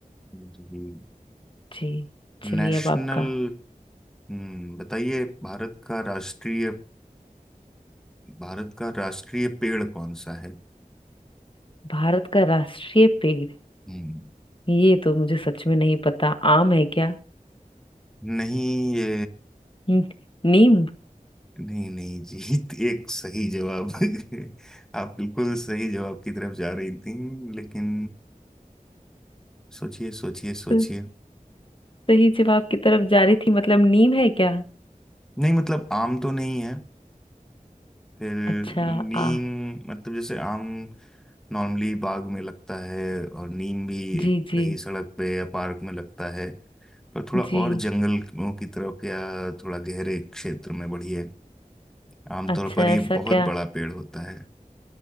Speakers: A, in the centre; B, on the left.
A: जी
B: जी चलिए
A: नेशनल
B: अब आपका
A: हम्म बताइए भारत का राष्ट्रीय भारत का राष्ट्रीय पेड़ कौन सा है
B: भारत का राष्ट्रीय पेड़
A: हम्म
B: ये तो मुझे सच में नहीं पता आम है क्या
A: नहीं ये
B: न- नीम <laughs>
A: नहीं नहीं जीत <laughs> एक सही जवाब <laughs> आप बिल्कुल सही जवाब की तरफ जा रही थी लेकिन सोचिए सोचिए सोचिए
B: तो सही जवाब की तरफ जा रही थी मतलब नीम है क्या
A: नहीं मतलब आम तो नहीं है फिर
B: अच्छा
A: नीम
B: आ
A: मतलब जैसे आम नॉर्मली बाग में लगता है और नीम भी
B: जी
A: एक
B: जी
A: कहीं सड़क पे या पार्क में लगता है पर थोड़ा
B: जी
A: और जंगलों की तरफ या थोड़ा गहरे क्षेत्र में बढ़िए आमतौर
B: अच्छा
A: पर ये
B: ऐसा
A: बहुत
B: क्या
A: बड़ा पेड़ होता है